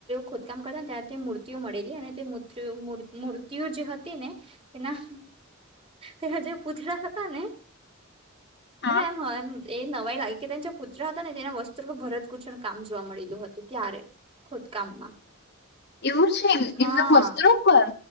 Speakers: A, on the right (about 25°); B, on the left (about 50°).
A: ખોદકામ કરતા ને ત્યારે તે મૂર્તિઓ મળેલી અને તે મ મૂર્તિઓ જે હતી ને તેના તેના જે પૂતળા હતા ને
B: હા.
A: મને એમ હોય એમ એ નવાય લાગે કે તે જે પૂતળા હતા ને તેના વસ્ત્ર ભરત ઘૂંચણ કામ જોવા મળેલું હતું ત્યારે ખુદકામમાં
B: એવું છે એમ
A: હા
B: એમના વસ્ત્રો પર